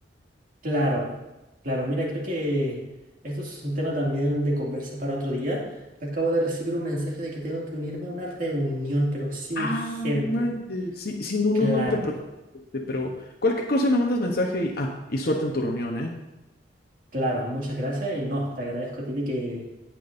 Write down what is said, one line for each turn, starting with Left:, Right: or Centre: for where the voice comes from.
Right: Claro, claro. Mira, creo que esto es un tema también de conversa para otro día. Acabo de recibir un mensaje de que tengo que unirme a una reunión, pero sí urgente.
Left: Ah, no manches. Sí, sí, no,
Right: Claro,
Left: no, no te preocupes. este, Pero cualquier cosa me mandas mensaje y, ah, y suerte en tu reunión, ¿eh?
Right: claro. Muchas gracias y no, te agradezco a ti de que